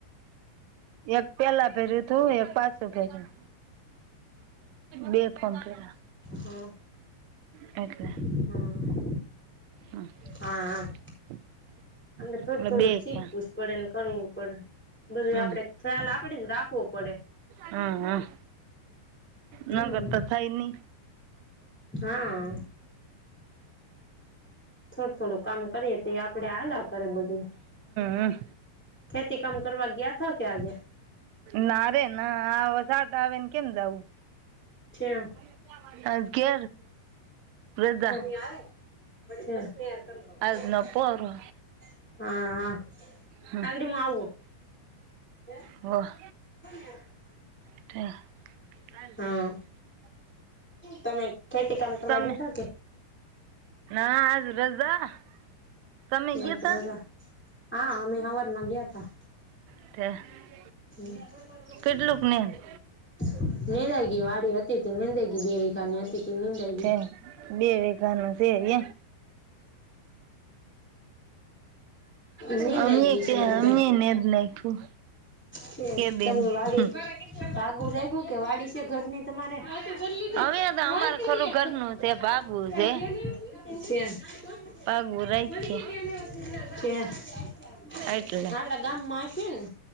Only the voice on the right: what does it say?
એક પેલા ભેર્યું હતું એક પાછું ભેર્યું. બે ફોન રયા.
એટલે.
હમ
<inaudible>
એટલે
બે
છે
હમ
હું હું.
ના કરતા થાય નહી.
હમ
નારે ના આ વરસાદ આવે ને કેમ જવું?
<unintelligible> છે બધા.
આજ નો પોરો
હમ
વાહ <inaudible>
તમે
ના આજ રજા. તમે ગયા
તા
<unintelligible>
કેટલુંક ને
છે બે વીઘાનુ છે ઇ. એમ
અમે
કે
અમે
નેજ નાખ્યું
બેન
હમ
અમે તો અમારે ખરું ઘરનું છે ભાગવું છે
ભાગવું રાખીએ એટલે